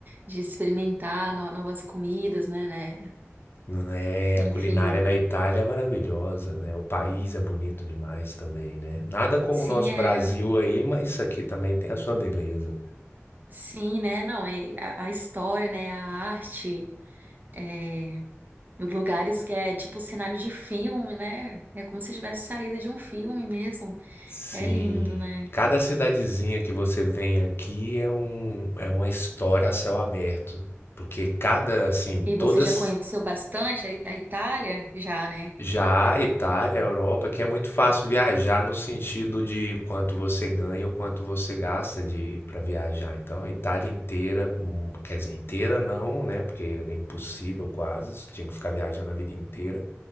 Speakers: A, on the right; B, on the left.
A: de experimentar no- novas comidas, né, né?
B: Não é,
A: Enfim,
B: a culinária na Itália é maravilhosa, né? O país é bonito demais também, né? Nada como
A: sim,
B: o nosso
A: é.
B: Brasil aí, mas isso aqui também tem a sua beleza.
A: Sim, né? Não, e a, a história, né? A arte, é, os lugares que é tipo cenário de filme, né? É como se tivesse saído de um filme mesmo.
B: Sim.
A: É lindo, né?
B: Cada cidadezinha que você vem aqui é um, é uma história a céu aberto, porque cada, assim,
A: E você
B: todas
A: já conheceu bastante a, a Itália? Já, né?
B: já a Itália, a Europa, que é muito fácil viajar no sentido de quanto você ganha ou quanto você gasta de para viajar. Então, a Itália inteira, hum, quer dizer, inteira não, né? Porque é impossível quase, você tinha que ficar viajando a vida inteira,